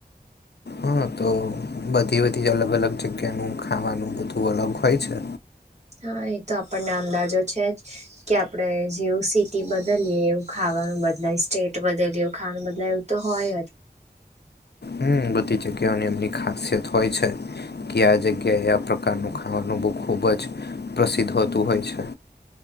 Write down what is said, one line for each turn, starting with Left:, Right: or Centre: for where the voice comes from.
Left: હા તો બધી બધી અલગ અલગ જગ્યાનું ખાવાનું બધું અલગ હોય છે.
Right: હા એ તો આપણને અંદાજો છે જ. કે આપડે જેવું સિટી બદલીએ એવું ખાવાનું બદલાય સ્ટેટ બદલીએ એવું ખાવાનું બદલાયું. તો હોય જ.
Left: હમ્મ બધી જગ્યાઓની એમની ખાસિયત હોય છે, કે આ જગ્યાએ આ પ્રકારનું ખા વાનું બઉ ખૂબ જ પ્રસિદ્ધ હોતું હોય છે.